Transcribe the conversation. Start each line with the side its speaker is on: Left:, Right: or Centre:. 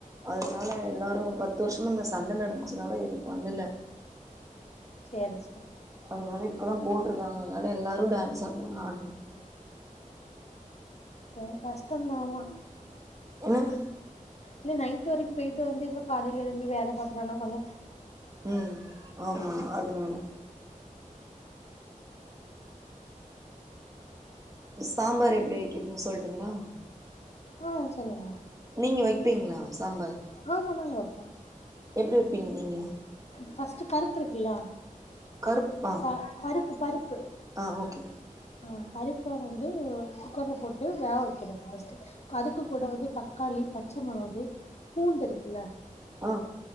Right: அதனால எல்லாரு பத்து வருஷமா இந்த சண்ட நடந்துச்சுனால எது பண்ணல
Left: சேரி சேரி
Right: அதனால இப்பதா போட்ருக்காங்க அதனால எல்லாரு டான்ஸ் ஆடனாங்க
Left: சேர்க்கா சே த்தா மாமா
Right: என்ன
Left: இல்ல நைட்டு வரைக்கு போயிட்டு வந்து இப்ப காலைல எழும்பி வேல பாக்குறனா கொஞ்ச
Right: ம் ஆமா அதுனால சாம்பார் எப்டி வைக்கிறதுன்னு சொல்ட்டுங்களா
Left: ஆ சொல்லுங்க
Right: நீங்க வைப்பீங்களா சாம்பார்
Left: ஆமா நாங்க வைப்போ
Right: எப்டி வைப்பீங்க நீங்க
Left: ஃபஸ்ட்டு பருப்பு இருக்குல்ல
Right: கருப் ஆ
Left: ப பருப்பு பருப்பு
Right: ஆ ஓகே
Left: ஆ பருப்பே வந்து குக்கர்ல போட்டு வேக வைக்கறது ஃபஸ்டு அதுக்கு கூட வந்து தக்காளி பச்சமொளகு பூண்டு இருக்குல்ல
Right: ஆ